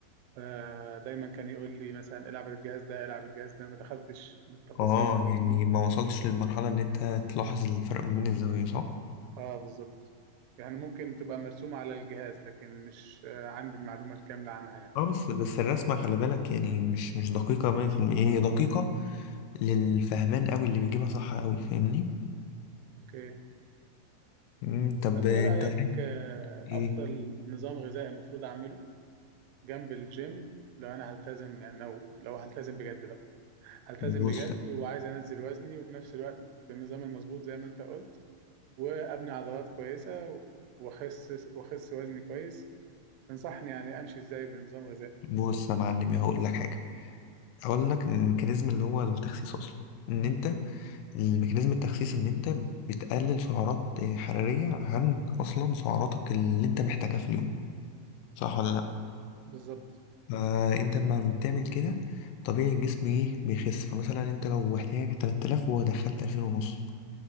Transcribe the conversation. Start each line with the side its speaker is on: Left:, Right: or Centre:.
Right: فدايما كان يقول لي مثلا العب الجهاز ده العب الجهاز ده ما دخلتش بالتفاصيل
Left: اه يعني ما وصلتش للمرحلة ان انت تلاحظ الفرق ما بين الزوايا صح؟
Right: اه بالظبط يعني ممكن تبقى مرسومة على الجهاز لكن مش آه، عندي المعلومة الكاملة عنها يعني
Left: اه بس بس الرسمة خلي بالك يعني مش مش دقيقة 100% هي دقيقة للفهمان قوي اللي بيجيبها صح قوي فاهمني؟
Right: اوكي
Left: مم، طب
Right: طب
Left: انت
Right: ايه رأيك آه،
Left: ايه
Right: أفضل نظام غذائي المفروض أعمله جنب الجيم لو أنا هلتزم يعني لو لو هلتزم بجد بقى هلتزم
Left: بص
Right: بجد وعايز أنزل وزني وفي نفس الوقت بالنظام المظبوط زي ما أنت قلت وابني عضلات كويسه واخس واخس وزني كويس تنصحني يعني امشي ازاي بنظام غذائي
Left: بص يا معلم ايه هقول لك حاجه هقول لك الميكانيزم اللي هو التخسيس اصلا ان انت الميكانيزم التخسيس ان انت بتقلل سعرات حراريه عن اصلا سعراتك اللي انت محتاجها في اليوم صح ولا لا
Right: بالظبط
Left: فانت لما بتعمل كده طبيعي الجسم ايه بيخس فمثلا انت لو احتاجك 3000 ودخلت 2000 ونص